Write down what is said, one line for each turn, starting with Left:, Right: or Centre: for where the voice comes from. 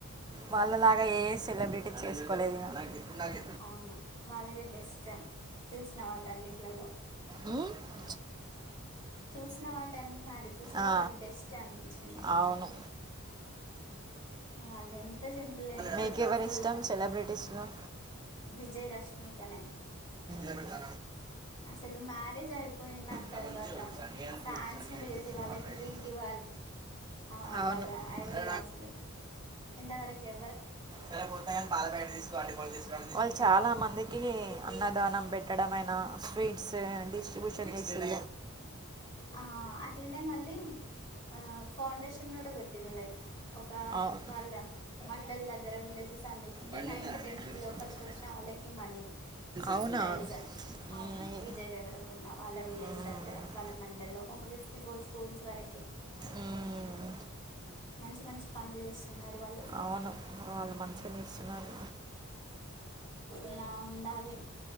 Right: వాళ్ళలాగా ఏస్ చేసుకోలేదు ఇగా
Left: అవును వాళ్ళది బెస్ట్ చూసిన వాటన్నిట్లలో
Right: మ్మ్ హ్
Left: చూసిన వాటి అన్ని మ్యారేజెస్ లో
Right: ఆ,
Left: అది బెస్ట్ అనిపించింది
Right: అవును
Left: వాళ్ళేం ఎంత సింపుల్ ఎంత
Right: మీకెవరు
Left: బ్యూటిఫుల్
Right: ఇష్టం సెలబ్రిటీస్లో
Left: విజయ్ రశమికనే
Right: ఏనుక
Left: అసలు మ్యారేజ్ అయిపోయిన
Right: నాకు
Left: తర్వాత
Right: కొంచెం సన్నీ
Left: ఆ
Right: అంటే
Left: ఫ్యాన్స్
Right: సన్నీ
Left: ని
Right: అనిపించింది
Left: పిలిసి వాళ్ళకి
Right: పాల ప్యాకెట్
Left: ట్రీట్ ఇవ్వ అ
Right: అవును
Left: వాళ్ళ ఐడియా
Right: అరే
Left: అసలు ఇంతవరకు ఎ
Right: సరేపోతది గానీ పాాల ప్యాకెట్ తీసుకురా ఆంటీ ఫోన్ చేస్తుంది వాళ్ళు చాలా మందికి అన్నదానం పెట్టడమై నా స్వీట్స్ డిస్ట్రిబ్యూషన్ చేస్తారు
Left: ఆ అట్లనే మళ్ళీ ఆ ఫౌండేషన్ కూడా పెట్టిన్లు లైక్ ఒక
Right: అవును
Left: వాళ్ళ మండలి దగ్గర విలేజెస్ అన్నిటికి
Right: బండి
Left: నైన్త్
Right: ఉందా
Left: టెన్త్
Right: నేను ఎట్లా తీసుకుంటా
Left: లో ఫస్ట్
Right: చెప్పే.
Left: వచ్చిన వాళ్ళకి మనీ
Right: అవునా
Left: ప్రైజా
Right: మ్మ్.
Left: అవును విజయ్ దేవరకొండ వాళ్ళ విలేజ్
Right: మ్మ్.
Left: దగ్గర వాళ్ళ మండల్ లో ఒక ఫిఫ్టీ ఫోర్ స్కూల్స్ వరకి
Right: ఉమ్,
Left: మంచి మంచి పనులు చేస్త ఉన్నారు వాళ్ళు
Right: అవును వాళ్ళు మంచిగా తీస్తున్నారు
Left: ఇలా ఉండాలి